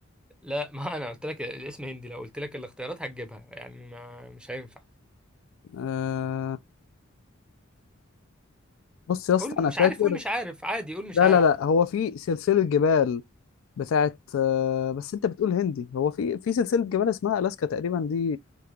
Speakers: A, in the centre; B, on the left.
A: لا ما انا قلت لك الاسم هندي لو قلت لك الاختيارات هتجيبها يعني ما مش هينفع
B: أه... بص يا اسطى
A: قول
B: انا
A: مش
B: فاكر
A: عارف قول مش عارف عادي قول مش
B: لا
A: عارف
B: لا لا هو في سلسله جبال بتاعت أه... بس انت بتقول هندي هو في في سلسله جبال اسمها الاسكا تقريبا دي